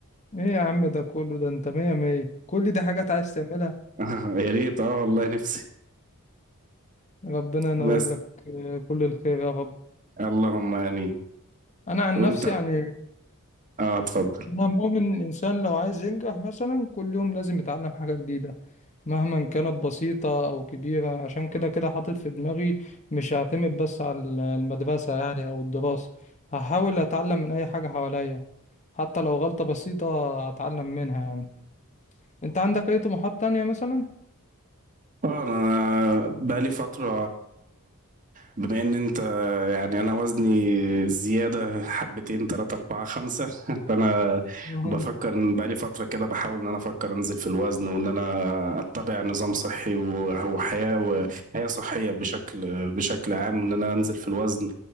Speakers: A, on the left (about 35°); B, on the right (about 35°).
A: إيه يا عم ده كله ده أنت مية مية كل دي حاجات عايز تعملها
B: <laughs> يا ريت اه والله نفسي
A: ربنا ينور
B: بس
A: لك آه، كل الخير يا رب
B: اللهم امين
A: أنا عن
B: وانت
A: نفسي يعني
B: اه اتفضل
A: أنا مؤمن الإنسان لو عايز ينجح مثلا كل يوم لازم يتعلم حاجة جديدة مهما كانت بسيطة أو كبيرة عشان كده كده حاطط في دماغي مش هعتمد بس على المدرسة يعني أو الدراسة هحاول أتعلم من أي حاجة حواليا حتى لو غلطة بسيطة هتعلم منها يعني أنت عندك أي طموحات تانية مثلا؟
B: اه انا
A: <laughs>
B: بقالي فترة بما ان انت يعني انا وزني زيادة حبتين تلاتة اربعة خمسة <laughs> فانا
A: أها.
B: بفكر ان بقالي فترة كده بحاول ان انا افكر انزل في الوزن وان انا اتبع نظام صحي و- وحياة وحياة صحية بشكل بشكل عام وان انا انزل في الوزن